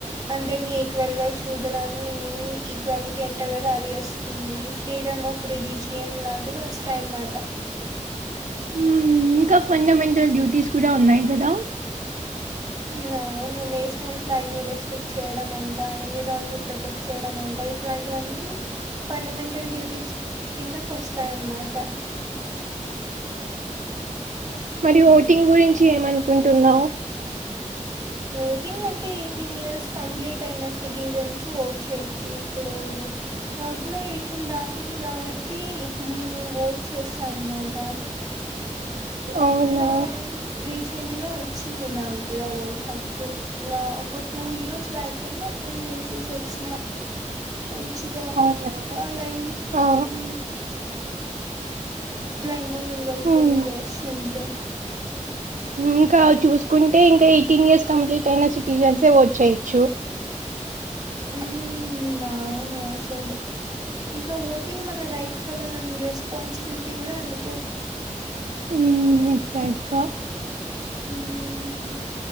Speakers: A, on the right; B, on the right.
A: అందరిని ఈక్వల్ గా చూడడని ఈక్వాలిటీ అంట కదా అది వస్తుంది ఫ్రీడమ్ ఆఫ్ రిలీజియన్ లాంటివి వస్తాయన్నమాట
B: హ్మ్. ఇంకా ఫండమెంటల్ డ్యూటీస్ కూడా ఉన్నాయి కదా
A: నో నువ్వు నేషనల్ ఫ్లాగ్ ని రెస్పెక్ట్ చేయడం అంట ఎన్విరాల్ ప్రొ ప్రొటెక్ట్ చేయడం అంట ఇట్లాంటివన్నీ ఫండమెంటల్ డ్యూటీస్ కిందకి వస్తాయన్నమాట
B: మరి ఓటింగ్ గురించి ఏమనుకుంటున్నావ్
A: ఓటింగ్ అంటే ఎయిటీన్ ఇయర్స్ కంప్లీట్ అయిన సిటిజన్స్ ఓట్ చేయొచ్చు ఇప్పుడు నాకు కూడా ఎయిటీన్ దాటింది కాబట్టి టి ఇప్పుడు నేను ఓట్ చేసా అనమాట అట్లా
B: అవునా!
A: రీసెంట్ గా వచ్చింది నా కూడా ఓటు హక్కు ఇలా ఒక టూ ఇయర్స్ బ్యాక్ పోయి వేసి తీసు వచ్చిన మంచిగా
B: అవునా!
A: ఆ లైన్
B: ఆ!
A: ఉ లైన్ లో నిలబడుకొని
B: హ్మ్.
A: రష్ ఉంటే అ
B: ఇంకా చూసుకుంటే ఇంకా ఎయిటీన్ ఇయర్స్ కంప్లీట్ అయిన సిటిజన్సే ఓట్ చేయొచ్చు
A: ఉ నావును అసలు ఇంకా ఓటింగ్ మన రైట్ కదా అండ్ రెస్పాన్సిబిలిటీ కూడా అనుకో
B: ఉమ్ నిచయిక్క
A: ఉమ్